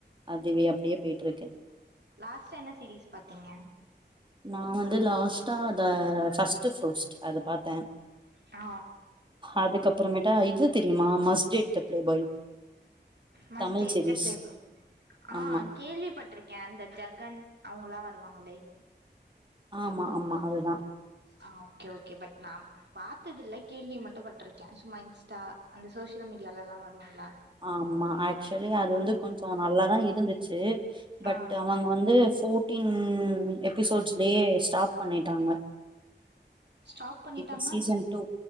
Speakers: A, on the right; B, on the right.
A: அதுவே அப்டியே போயிட் இருக்கு
B: லாஸ்ட்டா என்ன சீரீஸ் பாத்தீங்க
A: நா வந்து லாஸ்ட்டா அத ஃபர்ஸ்ட் ஃப்ரூட்ஸ் அத பாத்தே
B: ஆ
A: அதுக் அப்புறமேட்டா இது தெரியுமா must date the playboy
B: must
A: Tamil
B: date
A: series
B: the playboy ஆ
A: ஆமா
B: கேள்வி பட் இருக்கே அந்த ஜெகன் அவங்கல்லா வருவாங்களே
A: ஆமா ஆமா அதுதா
B: ஆ ஓகே ஓகே பட் நா பாத்தது இல்ல கேள்வி மட்டு பட்டு ட்ருக்கே சும்மா இன்ஸ்டா அந்த சோசியல் மீடியாலல்லா வருவோல்லா
A: ஆமா ஆக்சுலி அது வந்து கொஞ்சோ நல்லாதா இருந்துச்சு பட்
B: ஆ
A: அவங் வந்து ஃபோர்டீன் எபிசோட்ஸ்லயே ஸ்டாப் பண்ணிட்டாங்க
B: ஸ்டாப் பண்ணிட்டாங்கன்னா
A: இப்போ சீசன் டூ